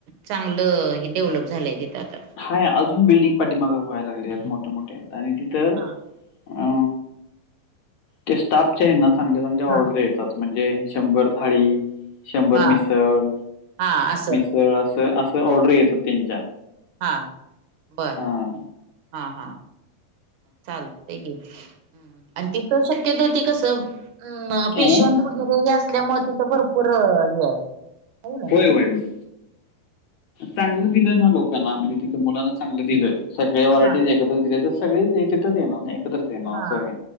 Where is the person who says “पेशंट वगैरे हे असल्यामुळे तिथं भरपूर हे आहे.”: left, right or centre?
Right